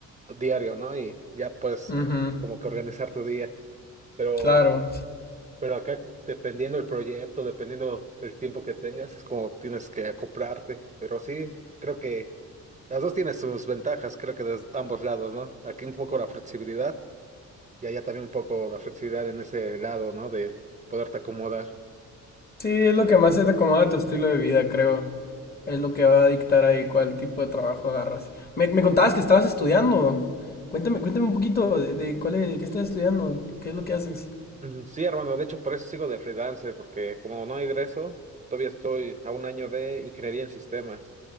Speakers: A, on the right; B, on the left.
A: diario, ¿no? Y ya pues
B: Ujú,
A: como que organizar tu día. Pero
B: Claro.
A: Pero acá, dependiendo del proyecto, dependiendo el tiempo que tengas, es como tienes que acoplarte. Pero sí, creo que las dos tienen sus ventajas, creo que de ambos lados, ¿no? Aquí un poco la flexibilidad y allá también un poco la flexibilidad en ese lado, ¿no? De poderte acomodar.
B: Sí, es lo que más se te acomoda a tu estilo de vida, creo. Es lo que va a dictar ahí cuál tipo de trabajo agarras. Me, me contabas que estabas estudiando. Cuéntame, cuéntame un poquito de, de cuál es- de qué estás estudiando, qué es lo que haces.
A: Ujú. Sí, hermano, de hecho por eso sigo de freelance, porque como no egreso, todavía estoy a un año de ingeniería en sistemas.